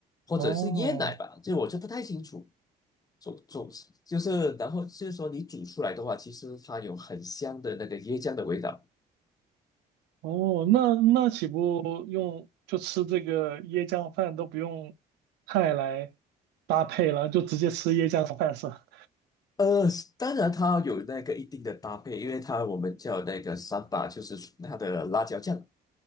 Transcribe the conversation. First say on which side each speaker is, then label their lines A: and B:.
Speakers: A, on the left (about 20°); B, on the right (about 85°).
A: 或者是椰奶吧，
B: 哦
A: 这我就不太清楚。煮煮就是，然后就是说你煮出来的话，其实它有很香的那个椰浆的味道。
B: 哦，那那岂不用就吃这个椰浆饭都不用菜来搭配了，就直接吃椰浆饭是吧？
A: 呃，当然它有那个一定的搭配，因为它我们叫那个三把，就是它的辣椒酱。